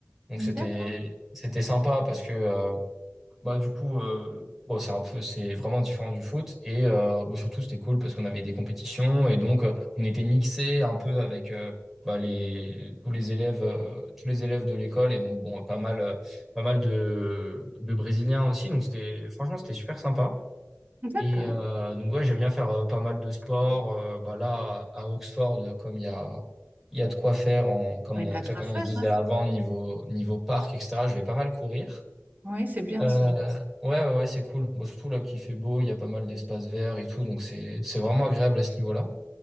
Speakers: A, in the centre; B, on the right.
A: Donc, c'était,
B: D'accord.
A: c'était sympa parce que, euh, bah, du coup, euh, bon, c'est un peu, c'est vraiment différent du foot. Et euh, bon, surtout, c'était cool parce qu'on avait des compétitions. Et donc, euh, on était mixés un peu avec euh, bah, les, tous les élèves, euh, tous les élèves de l'école. Et donc, bon, pas mal, euh, pas mal de, de Brésiliens aussi. Donc, c'était, franchement, c'était super sympa.
B: D'accord.
A: Et euh, donc ouais, j'aime bien faire euh, pas mal de sport. Euh, bah là, à à Oxford, euh, comme il y a, il y a de quoi faire, en, comme,
B: Ouais,
A: on,
B: t'as
A: tu
B: de
A: sais,
B: quoi
A: comme
B: faire,
A: on se disait
B: hein?
A: avant, niveau, niveau parc, etc., je vais pas mal courir.
B: Oui, c'est bien
A: Euh,
B: ça.
A: ouais, ouais, ouais, c'est cool. Bon, surtout là qu'il fait beau, il y a pas mal d'espaces verts et tout, donc c'est, c'est vraiment agréable à ce niveau-là.